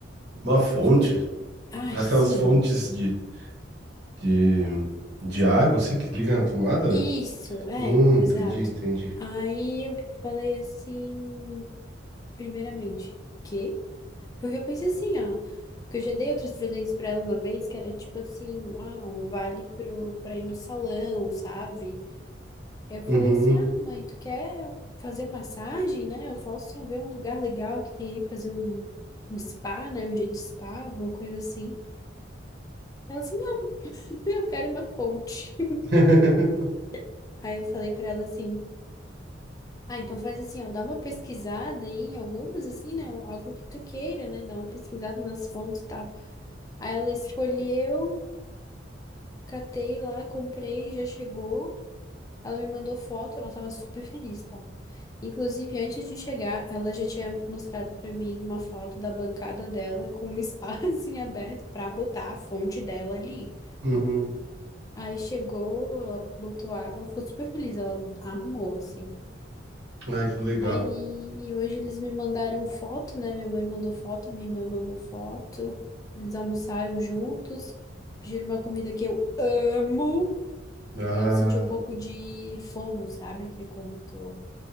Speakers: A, on the right; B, on the left.
A: uma fonte,
B: Eu fiquei, ai,
A: aquelas
B: sim,
A: fontes de, de, de água, assim, que liga na tomada?
B: isso, é,
A: Hum, entendi,
B: exato.
A: entendi.
B: Aí eu falei assim, primeiramente, quê? Porque eu pensei assim, ó, que eu já dei outros presentes pra ela uma vez, que era tipo assim, uau, vale pro, pra ir no salão, sabe? Eu falei
A: Uhum.
B: assim, ah, mãe, tu quer fazer massagem, né? Eu posso ver um lugar legal que tem aí, fazer um, um spa, né? Um dia de spa, alguma coisa assim. Ela assim, não, <laughs> eu quero uma fonte.
A: <laughs>
B: <laughs> Aí eu falei pra ela assim, ah, então faz assim, ó, dá uma pesquisada aí em algumas, assim, né? Algo que tu queira, né? Dá uma pesquisada nas fontes e tal. Aí ela escolheu, catei lá, comprei, já chegou. Ela me mandou foto, ela tava super feliz, tá? Inclusive, antes de chegar, ela já tinha mostrado pra mim uma foto da bancada dela com um espaço <laughs> em aberto pra botar a fonte dela ali.
A: Uhum.
B: Aí chegou, ela botou água, ela ficou super feliz, ela amou, assim.
A: Ah, que legal.
B: Aí e hoje eles me mandaram foto, né? Minha mãe mandou foto, minha irmã mandou foto. Eles almoçaram juntos, pediram uma comida que eu amo.
A: Ah,
B: E eu senti um pouco de fomo, sabe? Que é quando tu